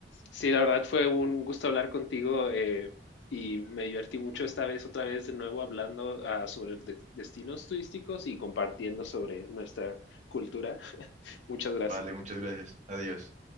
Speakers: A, on the left; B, on the right.
A: Sí, la verdad fue un gusto hablar contigo eh, y me divertí mucho esta vez, otra vez de nuevo hablando ah, sobre de- destinos turísticos y compartiendo sobre nuestra cultura. <laughs> Muchas gracias.
B: Vale, muchas gracias. Adiós.